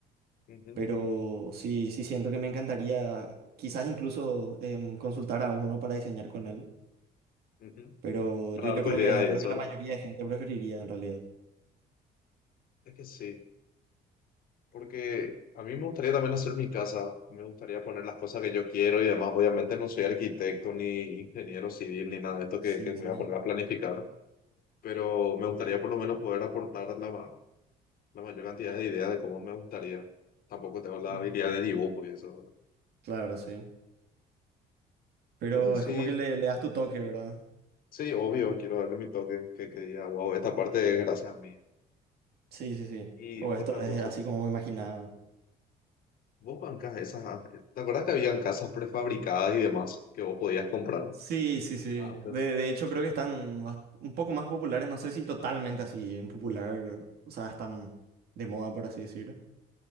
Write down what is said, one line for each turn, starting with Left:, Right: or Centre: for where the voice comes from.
Left: Ujú,
Right: Pero sí, sí siento que me encantaría quizás incluso em, consultar a uno para diseñar con él.
Left: ujú.
Right: Pero
Left: Para
Right: yo,
Left: dar
Right: yo
Left: tu
Right: creo
Left: idea
Right: que es algo
Left: y eso,
Right: que la
Left: ¿verdad?
Right: mayoría de gente preferiría en realidad.
Left: Es que sí. Porque a mí me gustaría también hacer mi casa, me gustaría poner las cosas que yo quiero y demás. Obviamente no soy arquitecto ni ingeniero civil ni nada de esto
Right: Sí,
Left: que, que me
Right: sí.
Left: voy a poner a planificar, pero me gustaría por lo menos poder aportar la, ma- la mayor cantidad de ideas de cómo me gustaría. Tampoco tengo la
Right: Mm,
Left: habilidad de dibujo y eso. ¿verdad?
Right: Claro, sí. Pero
Left: Bueno, sí,
Right: es como que le, le das tu toque, ¿verdad?
Left: sí, obvio, quiero darle mi toque, que, que diga, wow, esta parte es gracias a mí.
Right: Sí, sí, sí.
Left: Y
Right: O
Left: otra
Right: esto es
Left: cosa,
Right: así como me imaginaba.
Left: vos bancás esas, ¿te acuerdas que habían casas prefabricadas y demás que vos podías comprar
Right: Sí, sí, sí.
Left: antes?
Right: De, de hecho, creo que están bas- un poco más populares. No sé si totalmente así en popular. O sea, están de moda, por así decir.